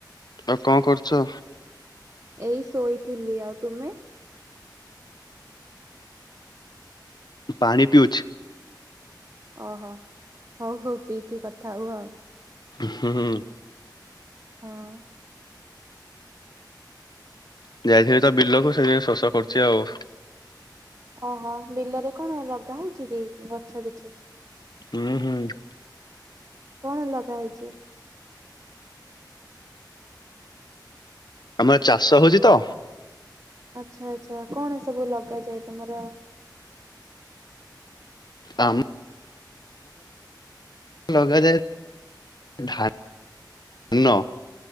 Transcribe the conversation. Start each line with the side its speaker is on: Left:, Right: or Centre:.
Left: ଆଉ କଣ କରୁଛ।
Right: ଏଇ ଶୋଇଥିଲି ଆଉ ତୁମେ?
Left: ପାଣି ପିଉଛି।
Right: ଓହୋ ହଉ ହଉ ପିଇକି କଥା ହଉ ଆଉ।
Left: ହୁଁ ହୁ।
Right: ହଁ
Left: ଯାଇଥିଲି ତ ବିଲକୁ ସେଇଥି ପାଇଁ ଶୋଷ କରୁଛି ଆଉ।
Right: ଓହୋ ବିଲରେ କଣ ଲଗା ହେଇଛି କି ଗଛ କିଛି।
Left: ହୁଁ ହୁଁ।
Right: କଣ ଲଗା ହେଇଛି?
Left: ଆମର ଚାଷ ହଉଛି ତ।
Right: ଆଛା ଆଚ୍ଛା କଣ ସବୁ ଲଗାଯାଏ ତମର?
Left: ଆମ। ଲଗାାଯାଏ ଧାନ ଧାନ